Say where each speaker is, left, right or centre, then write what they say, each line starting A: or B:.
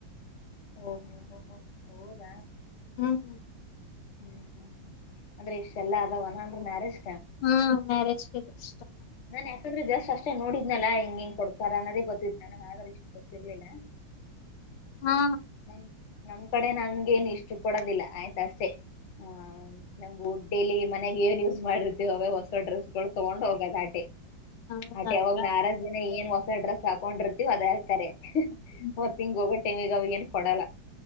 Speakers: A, on the left; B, on the left.
A: ಹೋ ಹೋಹೋ ಹೌದ.
B: ಹ್ಮ್ ಹ್ಮ್
A: ಹ್ಮ್ ಹ್ಮ್ ಹ್ಮ್, ಅಂದ್ರೆ ಇಷ್ಟ ಎಲ್ಲಾ ಅದವ <inaudible> ಮ್ಯಾರೇಜ್.
B: ಹಾ ಮ್ಯಾರೇಜ್. <inaudible>
A: ನಾನ್ ಯಾಕಂದ್ರೆ ಜಾಶ್ ಅಷ್ ಇ ನೋಡಿದ್ನಲ್ಲ ಹೆಂಗ ಹೆಂಗ್ ಕೊಡ್ತಾರ ಅನ್ನೋದೇ ಗೊತ್ತಿದ್ ನನಗೆ ಆದ್ರ ಇಷ್ಟು ಗೊತ್ತಿರ್ಲಿಲ್ಲ
B: ಹಾ
A: ಹ ನಮ್ ಕಡೆ ನನ್ಗೇನ್ ಇಷ್ಟು ಕೊಡೋದಿಲ್ಲ ಆಯ್ತಸೆ ಆ ನಮು ಡೇಲಿ ಮನೆಗೆ ಏನ್ ಯೂಸ್ ಮಾಡ ೆ ಹೊಸ ಡ್ರೆಸ್ ಗಳು ತೊೊಂಡೋಗ ದಾಟೆ
B: ಹೌದಕ್ಕ
A: ಅಟೆ ಅವಾಗ ನಾರಜ ದಿನ ಏನ್ ಮಸ ಅಡ್ರಸ್ ಹಾಕೊಂಡಿರ್ತಿೀವಿ ಅದ ಹಕರೆ
B: ಹ್ಮ್
A: ಮತ್ತ ಹಿಂಗ ಒಬ್ಬಟ್ಟ ತಗ ಏ ಕೊಡಲ